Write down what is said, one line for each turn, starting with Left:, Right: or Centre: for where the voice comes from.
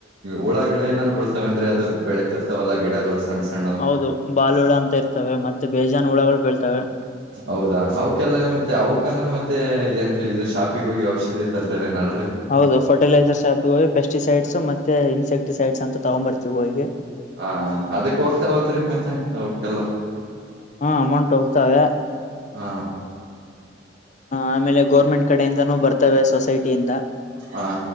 Right: ಹುಳ ಗಿಳ ಏನಾರ ಬಳ್ತವೇನ್ರೀ ಅದು ಬೆಳೆತಿರ್. ಅವಲ್ಲ ಗಿಡಗಳು. ಸಣ್ಣ ಸಣ್ಣವು
Left: ಹೌದು ಬಾಲ್ ಹುಳ ಅಂತ ಇರ್ತವೆ ಮತ್ತೆ ಬೇಜಾನ್ ಹುಳಗಳು ಬೆಳ್ತವೆ.
Right: ಹೌದಾ ಅವಕಲ್ಲ ಮತ್ತೆ ಅವ್ಕ ಅಂದ್ರೆ ಮತ್ತೆ ಏನ್ ಇದು ಶಾಪಿಿಗೆ ಹೋಗಿ ಔಷಧಿ ತರ್ತಾರೆ ನಳ.
Left: ಹೌದು ಫರ್ಟಿಲೈಸರ್ಸ್ ಶಾಪಿಗೆ ಹೋಗಿ ಪೆಸ್ಟಿಸೈಡ್ಸ್ ಮತ್ತೆ ಇನ್ಸೆಕ್ಟಿಸೈಡ್ಸ್ ಅಂತ ತಗೊಂಡ್ ಬರ್ತೀವಿ ಹೋಗಿ.
Right: ಹಾ ಅದಕ್ ಹೋಗ್ತಾವಲ್ರಿ ಮತ್ತೆ ಅವಕಲ್ಲ.
Left: ಹಾ ಅಮೌಂಟ್ ಹೋಗತಾಗ
Right: ಹಾ
Left: ಆಮೇಲೆ ಗೋರ್ಮೆಂಟ್ ಕಡೆಯಿಂದಾನೂ ಬರ್ತವೆ ಸೊಸೈಟಿಯಿಂದ
Right: ಹಾ